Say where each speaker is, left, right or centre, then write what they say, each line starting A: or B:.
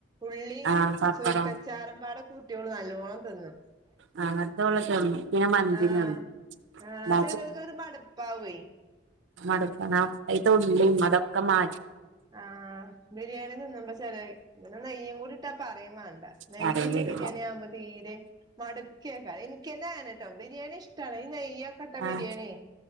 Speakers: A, on the right (about 20°); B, on the right (about 65°).
A: ഉള്ളി
B: ആഹ് പപ്പടം
A: ചുറുക്കച്ചാറും പാടെ കൂ ട്ടി ഓള് നല്ലോണം തിന്നു.
B: ആ അങ്ങനതോള <unintelligible>
A: ആഹ്
B: പിന്നെ
A: ആഹ് ചെലർക്ക് അത് മടുപ്പാവേ
B: <unintelligible> അതിത്തെ ഉള്ളിയും അതൊക്കെ മാ
A: ആ ബിരിയാണി തിന്നുമ്പോ ചെലര് <unintelligible> നെയ്യും കൂടി ഇട്ടാ പറയും വേണ്ട നെയ്യ്ള്ള
B: കറിയും വരില്ല
A: ബിരിയാണി ആകുമ്പോ തീരെ മടു കേക്കാ എനിക്കനെഅനെട്ടോ ബിരിയാണി ഇഷ്ടാണ് ഈ നെയ്യ്ക്കെട്ട ബിരിയാണിയേ
B: ആ